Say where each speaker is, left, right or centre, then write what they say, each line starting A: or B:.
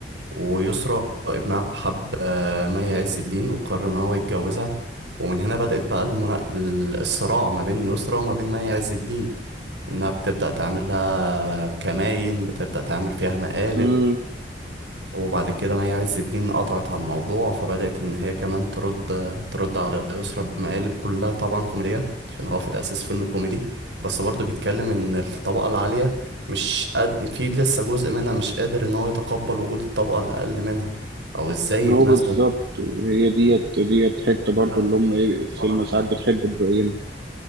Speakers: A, on the right (about 90°); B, on the right (about 65°).
A: ويسرى ابنها حب آه، مي عز الدين وقرر إن هو يتجوزها ومن هنا بدأت بقى المنا... ال- الصراع ما بين يسرى وما بين مي عز الدين إنها بتبدأ تعمل لها كماين بتبدأ تعمل فيها مقالب
B: طبعا
A: وبعد كده مي عز الدين قطعت على الموضوع فبدأت إن هي كمان ترد ترد على يسرا بمقالب كلها طبعا كوميدية عشان هو في الأساس فيلم كوميدي بس برضه بيتكلم إن الطبقة العالية مش قد في لسه جزء منها مش قادر إن هو يتقبل وجود الطبقة الأقل منها أو إزاي
B: هو
A: يتناسبوا
B: بالظبط وهي ديت ديت حتة
A: كلها
B: برضو اللي
A: من
B: هم
A: مشاكل
B: ايه السينما
A: غلط
B: ساعات
A: يعني
B: بتحب تبينها